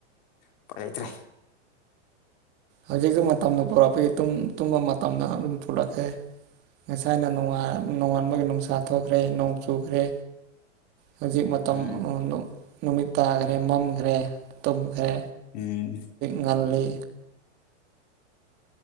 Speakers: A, on the left; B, on the right.
A: ꯎꯄꯥꯏ ꯂꯩꯇ꯭ꯔꯦ
B: ꯍꯧꯖꯤꯛꯖꯨ ꯃꯇꯝꯅ ꯄꯨꯔꯛꯄꯒꯤ ꯇꯨꯝ ꯇꯨꯝꯕ ꯃꯇꯝꯅ ꯑꯗꯨꯝ ꯄꯨꯔꯛꯑꯦ ꯉꯁꯥꯏꯅ ꯅꯣꯡꯉꯥꯟ ꯅꯣꯉꯥꯟꯕꯒꯤ ꯅꯨꯡꯁꯥ ꯊꯣꯛꯈ꯭ꯔꯦ ꯅꯣꯡ ꯆꯨꯈ꯭ꯔꯦ ꯍꯧꯖꯤꯛ ꯃꯇꯝ
A: ꯎꯝ
B: ꯅꯨ ꯅꯨꯃꯤꯠ ꯇꯥꯈ꯭ꯔꯦ ꯃꯝꯈ꯭ꯔꯦ ꯇꯨꯝꯈ꯭ꯔꯦ
A: ꯎꯝ
B: ꯉꯜꯂꯤ